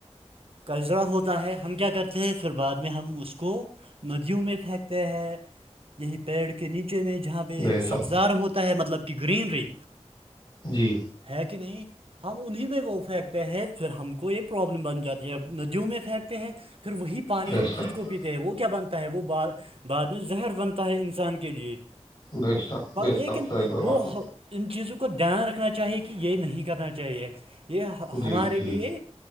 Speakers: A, on the right (about 55°); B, on the left (about 40°).
A: کجڑا ہوتا ہے ہم کیا کرتے ہیں پھر بعد میں ہم اس کو ندیوں میں پھینکتے ہیں یہی پیڑ کے نیچے میں جہاں
B: بے
A: سبزار
B: شک
A: ہوتا ہے مطلب کہ گرینری
B: جی
A: ہے کہ نہیں ہم انہیں میں وہ پھینکتے ہیں پھر ہم کو یہ پروابلم بن جاتی یہب ندیوں میں پھینکتے ہیں پھر وہی پانی
B: بے
A: ہم
B: شک
A: خود کو تے ہیں وہ کیا بنتا ہے وہ بعد میں زہر بنتا ہے انسان کے لیے
B: بے شک بے
A: لیکن
B: شک صحیح فرمایا
A: وہ ان چیزوں کو دھیان رکھنا چاہیے کہ یہ نہیں کرنا چاہیے یہ
B: جی
A: ہمارے
B: جی
A: لیے